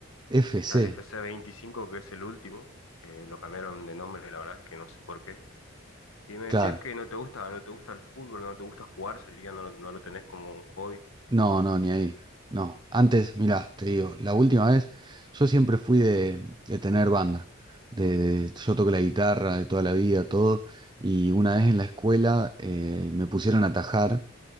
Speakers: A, on the right (about 20°); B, on the left (about 75°).
A: CFC,
B: Está el FC 25, que es el último. eh, lo cambiaron de nombre, la verdad es que no sé por qué. Y me
A: claro,
B: decías que no te gusta, no te gusta el fútbol, no te gusta jugar, sería, no, no lo tenés como un hobby.
A: No, no, ni ahí. No. Antes, mirá, te digo, la última vez, yo siempre fui de, de tener banda. De, de- yo toco la guitarra de toda la vida, todo. Y una vez en la escuela eh, me pusieron a tajar.